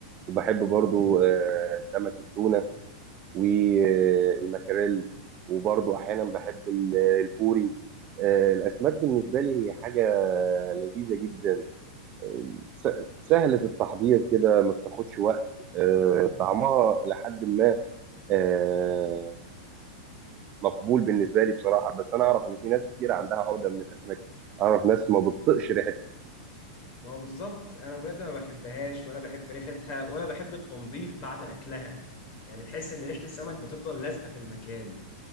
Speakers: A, on the right (about 35°); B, on the left (about 40°).
A: وبحب برضو آه سمك التونه والمكاريل وبرضو احيانا بحب ال- البوري آه، الاسماك بالنسبه لي هي حاجه لذيذه جدا آه، س- سهله التحضير كده ما بتاخدش وقت آه، طعمها الى حد ما آه، مقبول بالنسبه لي بصراحه بس انا اعرف ان في ناس كتير عندها عقده من الاسماك اعرف ناس ما بتطقش ريحتها
B: ما هو بالظبط انا بجد ما بحبهاش ولا بحب ريحتها ولا بحب التنظيف بعد اكلها يعني تحس ان ريحه السمك بتفضل لازقه في المكان